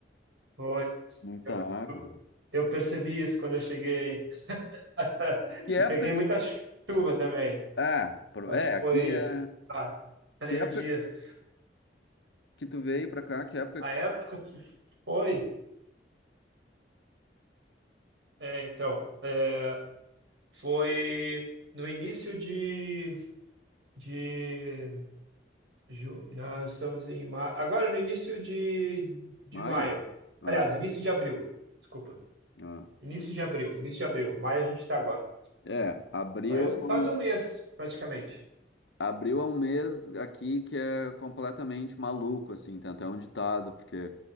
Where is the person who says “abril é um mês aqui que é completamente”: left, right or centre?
Left